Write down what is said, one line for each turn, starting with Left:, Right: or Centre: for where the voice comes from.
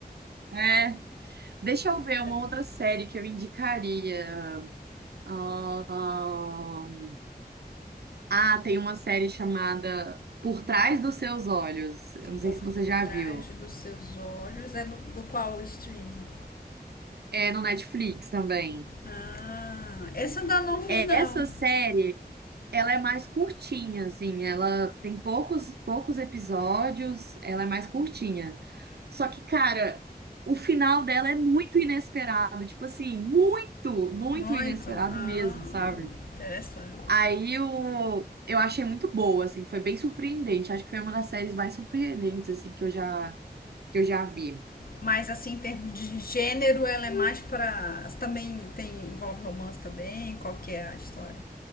Right: É. Deixa eu ver
Left: É.
Right: uma outra série que eu indicaria. Ahn, Ah, tem uma série chamada Por Trás dos Seus Olhos. Eu não sei
Left: Por
Right: se você já
Left: trás
Right: viu.
Left: dos seus olhos é do, do qual streaming?
Right: É no Netflix também.
Left: Ah, esse eu ainda não vi,
Right: É,
Left: não.
Right: Essa série Ela é mais curtinha, assim, ela tem poucos, poucos episódios, ela é mais curtinha. Só que, cara, o final dela é muito inesperado, tipo assim, muito, muito
Left: Muito.
Right: inesperado
Left: Ah,
Right: mesmo, sabe?
Left: interessante.
Right: Aí eu, eu achei muito boa, assim, foi bem surpreendente. Acho que foi uma das séries mais surpreendentes, assim, que eu já, que eu já vi.
Left: Mas assim, em termos de gênero, ela é mais pra. Também tem, envolve romance também? Qual que é a história?